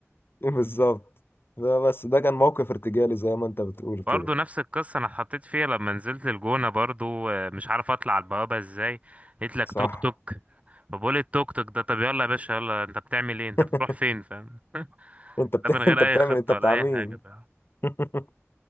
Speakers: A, on the left; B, on the right.
A: بالظبط ده بس ده كان موقف ارتجالي زي ما انت بتقول كده
B: برضو نفس القصة انا اتحطيت فيها لما نزلت الجونة برضو آه، مش عارف اطلع على البوابة ازاي قلت لك
A: صح
B: توك توك فبقول التوك توك ده طب يلا يا باشا يلا انت بتعمل ايه انت
A: <laughs>
B: بتروح فين فاهم <laughs>
A: انت بت...
B: ده من غير
A: انت
B: اي
A: بتعمل
B: خطة
A: انت بتاع
B: ولا اي
A: مين
B: حاجة فاهم
A: <laughs>